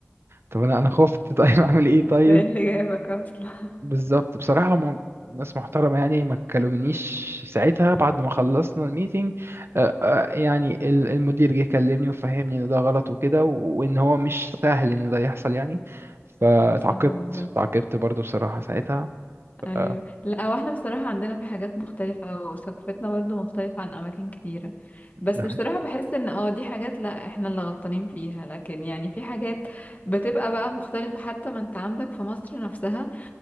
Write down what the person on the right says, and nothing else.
طب انا انا خفت <laughs> طيب اعمل ايه طيب
بالظبط بصراحة هم ناس محترمة يعني ما كلمنيش ساعتها بعد ما خلصنا الميتنج آه، آه، يعني ال- المدير جه كلمني وفهمني ان ده غلط وكده وان هو مش سهل ان ده يحصل يعني فتعاقبت
تعاقبت برضو بصراحة ساعتها ف-
آه،
ده حاجة.